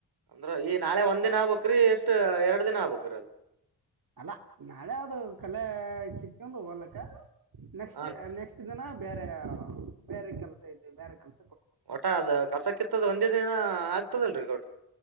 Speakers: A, on the right; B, on the right.
A: ಅಂದ್ರ ಈ ನಾಳೆ ಒಂದ್ ದಿನ ಆಗ್ಬೇಕ್ರಿ ಎಷ್ಟ ಎರಡ್ ದಿನ ಆಗ್ಬೇಕ್ರಿ ಅದು
B: ಅಲ್ಲಾ ನಾಳೆ ಅದು ಕಳೆ ಕಿತ್ಕೊಂಡ್ ಹೋಗಲಕ್ಕ. ನೆಕ್ಸ್ಟ್
A: ಹಾನ್ರಿ
B: ನೆಕ್ಸ್ಟ್ ದಿನ ಬೇರೆ. ಬೇರೆ ಕೆಲಸ ಇದೆ ಬೇರೆ ಕಡೆ.
A: ಒಟ ಅದ ಕಸಕ್ಕಿತ್ತದ ಒಂದೇ. ಒಂದು ದಿನ ಆಗ್ತದಲ್ರಿ ಗೌಡ್ರ